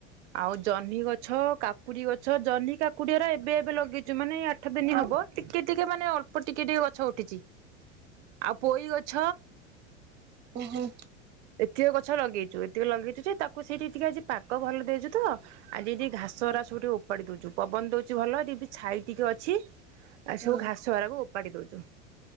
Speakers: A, on the right (about 65°); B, on the right (about 30°).
A: ଆଉ ଜହ୍ନି ଗଛ କାକୁଡି ଗଛ ଜହନି କାକୁଡିଆର ଏବେ ଏବେ ଲଗେଇଛୁ ମାନେ ଆଠ ଦିନ
B: ଆଉ
A: ହବ ଟିକେ ଟିକେ ମାନେ ଅଳ୍ପ ଟିକେ ଟିକେ ଗଛ ଉଠିଛି ଆଉ ପୋଇ ଗଛ
B: ହୁଁ ହୁଁ ଆଉ ଓହୋ
A: ଏତିକ ଗଛ ଲଗେଇଛୁ ଏତିକ ଲଗେଇଛୁ ଯେ ତାକୁ ସେଇଠି ଏତିକି ପାଗ ଭଲ ଦେଇଛୁ ତ ଆଉ ଯଦି ସରାସରି
B: ହଁ
A: ଉପାଡ଼ି ଦେଉଛୁ ପବନ ଦଉଛି ଭଲ ଛାଇ ଟିକେ ଅଛି ଆ
B: ହୁଁ
A: ସବୁ ଘାସ ବାାରାକୁ ଓ ଉପାଡି ଦଉଛି। <inaudible>